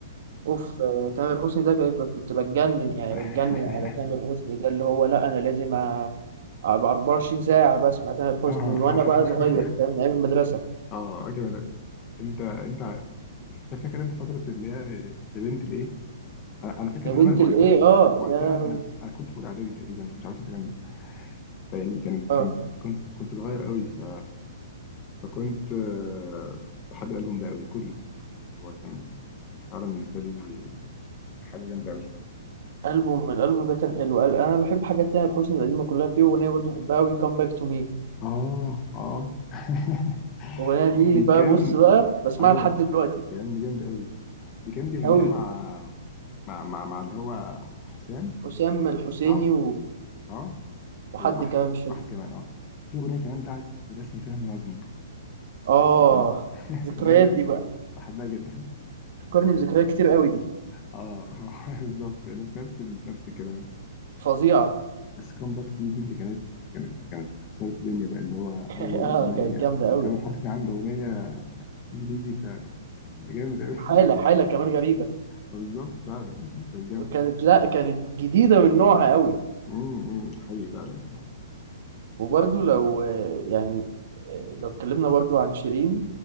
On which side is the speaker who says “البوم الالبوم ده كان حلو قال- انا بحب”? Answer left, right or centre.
Right